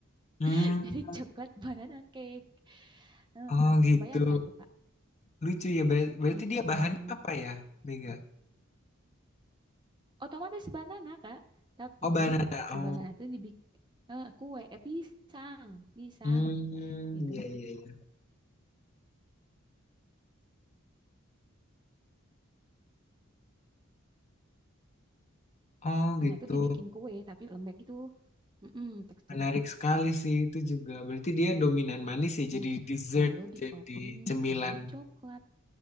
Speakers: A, on the left; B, on the right.
A: Hmm,
B: <laughs> Jadi coklat banana cake. Heeh,
A: oh gitu.
B: kebayang nggak tuh, Kak?
A: Lucu ya. Ber- berarti
B: Heeh.
A: dia bahannya apa ya, Mega?
B: Otomatis banana, Kak. Tapi
A: Oh, banana.
B: si
A: Oh,
B: banana itu dibikin eh, kue eh, pisang, pisang
A: hmm,
B: gitu.
A: iya iya iya. Oh
B: Yang
A: gitu.
B: tuh dibikin kue tapi lembek gitu. Mm-mm, teksturnya
A: Menarik sekali sih itu juga. Berarti dia dominan manis ya.
B: manis.
A: Jadi dessert,
B: Lalu di
A: jadi
B: coating
A: cemilan
B: sama coklat.